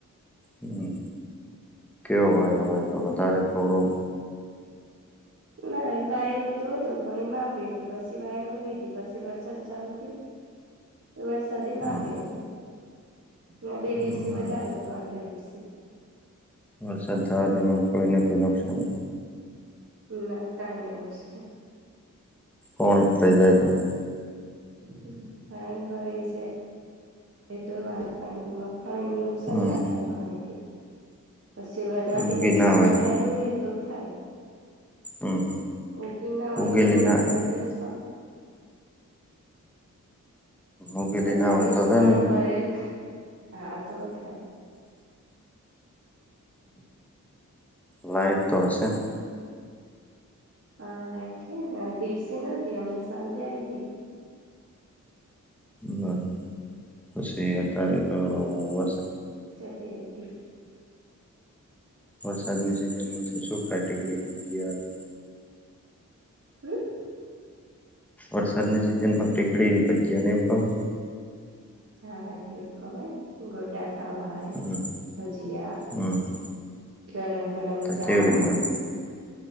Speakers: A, in the centre; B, on the right (about 50°).
A: હમ કેવો
B: હા
A: વાયરો આયો તો વધારે થોડો?
B: ના એ વાયરો તો હતો પણ એ માપે હતો પસી વાયરો રહી જયો પસી વરસાદ ચાલુ થયો. વરસાદે
A: હમ
B: માપે હતો. હમણાં બે દિવસે
A: બરાબર
B: વધાર હતો આગલા દિવસે.
A: વરસાદ થયો તેમાં કોઈ ને કોઈ નુકસાન?
B: ના કાઈ નહીં નુકસાન.
A: પોણી ભરાઈ જાય તો?
B: હમ પાણી ભરાઈ જાય એતો વાત તાનથી મગફળીને નુકસાન
A: હમ
B: ના થાય પાણીથી પસી વર વધાર
A: ઉગી
B: દિવસ
A: ના હોય
B: ભરાયેલું
A: તો
B: રે તો થાય.
A: હમ
B: ઉગી ના હોય
A: ઉગેલી
B: તો પણ
A: ના
B: વધારે દિવસમાં.
A: ઉગેલી
B: વધાર
A: ના હોય
B: દિવસ
A: તો રે
B: પાણી ભરેલ હા તો થાય.
A: લાઈટ તો હશે ન?
B: અ લાઈટ હે ને દિવસે નતી હમણે સાંજે આઈ ગઈ.
A: બ પશી અતારે તો બસ
B: <inaudible> તે રેહતી
A: વરસાદની સીઝનમાં શું ખાય ટિકડીને ભજિયાને
B: હમ?
A: વરસાદ ની સીઝન માં ટીકડીને ભજીયા ને એવુ ખાવ
B: હ એવુ ખવાય ગોટા ખાવાય
A: હમ
B: ભજિયા.
A: હમ.
B: ગરમ ગરમ. ચા
A: ચેરીત